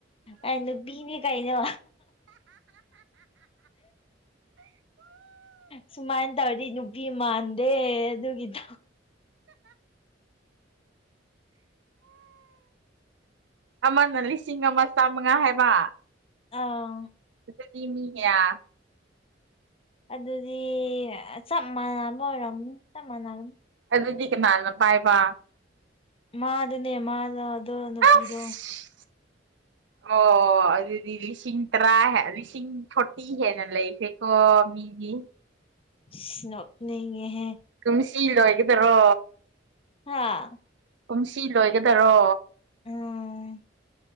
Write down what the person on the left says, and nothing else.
ꯑꯩ ꯅꯨꯄꯤꯅꯤ ꯀꯩꯅꯣ꯫ ꯁꯨꯃꯥꯏꯅ ꯇꯧꯔꯗꯤ ꯅꯨ ꯗꯤ ꯃꯥꯟꯗꯦ ꯑꯗꯨꯒꯤꯗ
ꯑꯥ꯫
ꯑꯗꯨꯗꯤ ꯆꯞ ꯃꯥꯟꯅꯕ ꯑꯣꯏꯔꯝ ꯆꯞ ꯃꯥꯟꯅꯕꯅ‌ꯦ
ꯃꯥꯗꯨꯅꯦ ꯃꯥꯗ‌ꯣ ꯑꯗꯣ ꯅꯨꯄꯤꯗꯣ꯫
ꯏꯁ ꯅꯣꯛꯅꯤꯉꯦꯍꯦ꯫
ꯍꯥꯥ꯫
ꯎꯝ